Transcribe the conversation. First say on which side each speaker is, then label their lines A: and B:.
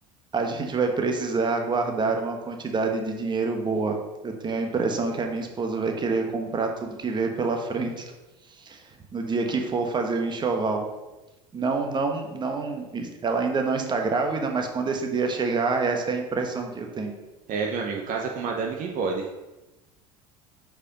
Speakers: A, on the right; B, on the right.
A: a gente vai precisar guardar uma quantidade de dinheiro boa. Eu tenho a impressão que a minha esposa vai querer comprar tudo que vê pela frente no dia que for fazer o enxoval. Não, não, não, ela ainda não está grávida, mas quando esse dia chegar, essa é a impressão que eu tenho.
B: É, meu amigo, casa com madame quem pode.